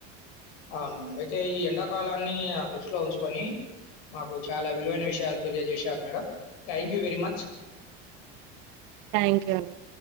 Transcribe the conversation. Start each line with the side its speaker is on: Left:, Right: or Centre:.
Left: అవును మేడం అయితే ఈ ఎండాకాలాన్ని ఆ దృష్టిలో ఉంచుకొని మాకు చాలా విలువైన విషయాలు తెలియజేశారు madam thank you very much
Right: thank you అండి